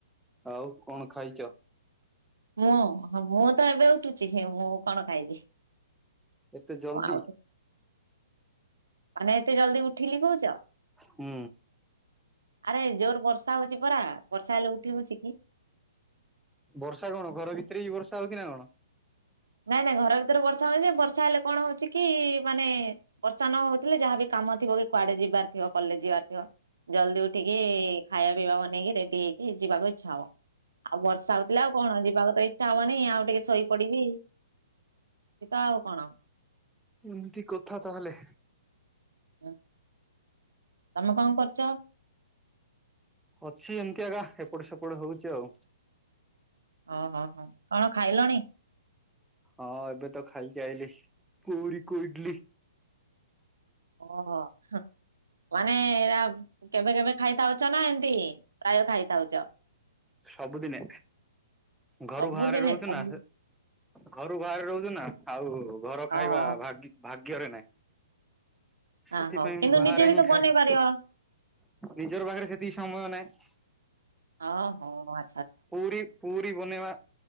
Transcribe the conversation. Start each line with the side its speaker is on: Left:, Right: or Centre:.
Centre: ଆଉ କଣ ଖାଇଛ?
Right: ମୁଁ ମୁଁ ତ ଏବେ ଉଠୁଛି ମୁଁ କଣ ଖାଇବି।
Centre: ଏତେ ଜଲଦି?
Right: ମୁଁ ଆଉ ମାନେ ଏତେ ଜଲଦି ଉଠିଲି କହୁଛ!
Centre: ହୁଁ।
Right: ଆରେ ଜୋର ବର୍ଷା ହଉଛି ପରା ବର୍ଷା ହେଲେ ଉଠି ହଉଛି କି?
Centre: ବର୍ଷା କଣ ଘର ଭିତରେ ବି ବର୍ଷା ହଉଛି ନା କଣ?
Right: ନାଇଁ ନାଇଁ ଘର ଭିତରେ ବର୍ଷା ହଉନି, ଯେ ବର୍ଷା ହେଲେ କଣ ହଉଛି କି ମାନେ ବର୍ଷା ନ ହଉଥିଲେ ଯାହାବି କାମ ଥିବ କି, କୁଆଡେ ଯିବାର ଥିବ କଲେଜ ଯିବାର ଥିବ ଜଲ୍ଦି ଉଠିକି ଖାଇବା ପିଇବା ବନେଇକି ରେଡି ହେଇକି, ଯିବାକୁ ଇଚ୍ଛା ହବ ଆଉ ବର୍ଷା ହଉଥିଲା ଆଉ କଣ ଯିବାକୁ ତ ଇଚ୍ଛା ହବନି, ଆଉ ଟିକେ ଶୋଇପଡିବି ତାଉ ଆଉ କଣ
Centre: ଏମିତି କଥା ତାହେଲେ?
Right: ହୁଁ, ତମେ କଣ କରୁଛ?
Centre: ଅଛି, ଏମିତି ଆଗା ଏପଟେ ସେପଟ ହଉଛି ଆଉ।
Right: ଓହୋ ହୋ କଣ ଖାଇଲଣି?
Centre: ହଁ ଏବେ ତ ଖାଇକି ଆଇଲିି, ପୁରୀ କୁ ଇଡଲି।
Right: ଓ ହୋ ହଁ ମାନେ ଏଇରା କେବେ କେବେ ଖାଇଥାଉଛ, ନା ଏମିତି? ପ୍ରାୟ ଖାଇଥାଉଛ?
Centre: ସବୁଦିନେ, ଘରୁ
Right: ସବୁଦିନେ
Centre: ବାହାରେ ରହୁଛୁ
Right: ସବୁ
Centre: ନା ଘରୁ ବାହାରେ ରହୁଛୁ ନା, ଆଉ ଘର ଖାଇବା
Right: ଓହୋ
Centre: ଭାଗ୍ୟ ଭାଗ୍ୟରେ ନାଇଁ। ସେଥିପାଇଁ
Right: ଆ ହଉ କିନ୍ତୁ
Centre: ବାହାରେ
Right: ନିଜେ ବି
Centre: ହିଁ
Right: ତ ବନେଇ
Centre: ଖାଏ,
Right: ପାରିବ
Centre: ନିଜର ପାଖରେ ସେତିକି ସମ୍ଭଳ ନାହିଁ।
Right: ହଁ ହଉ ବା
Centre: ପୁରୀ, ପୁରୀ ବନେଇବା